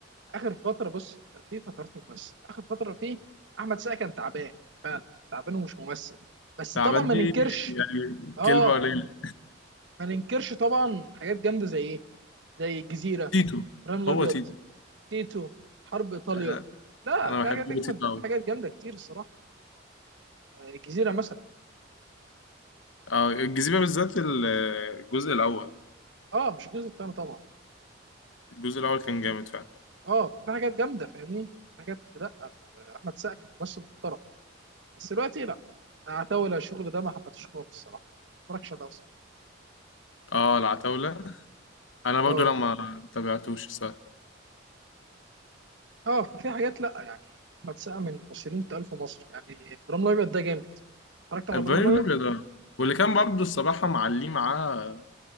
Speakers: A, on the right; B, on the left.
A: اخر فتره بص في فترات ممثل اخر فتره فيه احمد سقا كان تعبان فعلا تعبان ومش ممثل بس
B: التعبان
A: طبعا ما
B: دي
A: ننكرش
B: يعني
A: اه
B: كلمه قليله
A: ما ننكرش طبعا حاجات جامده زي ايه زي الجزيره
B: تيتو
A: ابراهيم الابيض
B: هو تيتو
A: تيتو حرب ايطاليا
B: انا
A: لا
B: أنا
A: في
B: بحب
A: حاجات اجمد
B: تيتو قوي
A: في حاجات جامده كتير الصراحه آه، الجزيره مثلا
B: اه الجزيرة بالذات ال- الجزء الأول
A: اه مش الجزء الثاني طبعا
B: الجزء الأول كان جامد فعلا
A: اه ففي حاجات جامده فاهمني حاجات لا آه، احمد سقا كان ممثل محترم بس دلوقتي لا اعتول على الشغل ده ما حبيتهوش خالص الصراحه ما اتفرجش عليه أصلاً.
B: اه العتاولة أنا برضو
A: اه
B: لما تابعتوش صح
A: اه ففي حاجات لا يعني بتسقى من الممثلين التقال في مصر يعني ابراهيم الابيض ده جامد اتفرجت على
B: البريو
A: ابراهيم الابيض
B: الأبيض اه واللي كان برضو الصراحة معليه معاه